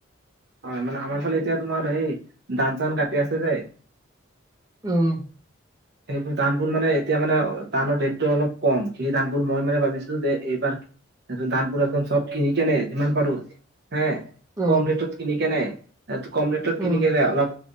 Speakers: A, on the right (about 55°); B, on the right (about 15°).
A: হয় মানে আমাৰ ফালে এতিয়া তোমাৰ সেই ধান চান কাটি আছে যে,
B: উম!
A: সেইবোৰ ধানবোৰ মানে এতিয়া মানে ধানৰ ৰেটটো অলপ কম সেই ধানবোৰ মই মানে ভাবিছিলোঁ যে এইবাৰ ধানবোৰ একদম চব কিনি কেনে যিমান পাৰো হে
B: উম
A: কম ৰেটত কিনি কেনে এটো কম ৰেটত কিনি
B: উম
A: কেনে অলপ